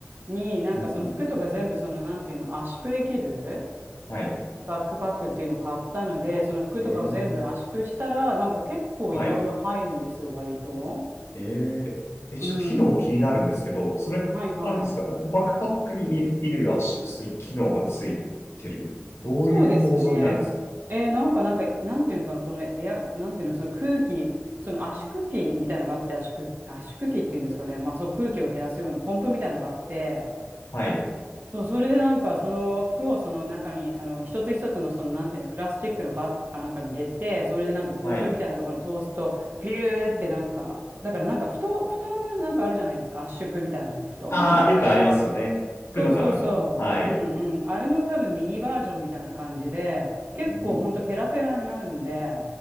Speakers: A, on the right (about 50°); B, on the left (about 70°).
A: に、なんかその服とか全部、
B: うん。
A: その、なんていうの、圧縮できる
B: はい。
A: バックパックっていうのを買ったので、その服とかを全部圧縮したら、
B: えー、
A: なんか結構いろいろ入るんですよ、
B: はい。
A: 割と。
B: えー、え、ちょっと機能気になるんですけど、
A: うん。
B: それ、
A: はいはい。
B: あれですか、なんかバックパックにい衣圧縮する機能がついてる。どういう構造になるんですか
A: そうですね。えーなんか、なんか、なんていうのかな、このエア、なんていうの、その空気、その圧縮機みたいのがあって、圧縮、圧縮機っていうんですかね、まあ、そう空気を減らすようなポンプみたいのがあって、
B: はい。
A: そうそれでなんか、その服をその中に、あの、一つ一つの、その、なんていうの、プラスチックのバッグかなんかに入れて、それでなんか、ポンプみたいなところに通すと、
B: はい。
A: ピューってなんか、だからなんか、布団、布団のなんかあるじゃないですか、圧縮みたいなの、布団。
B: ああ、よくありますよね。
A: そうそうそう。
B: 服とかでも。はい。
A: うんうん。あれの多分ミニバージョンみたいな感じで、結構ほんとペラペラになるんで、
B: うん、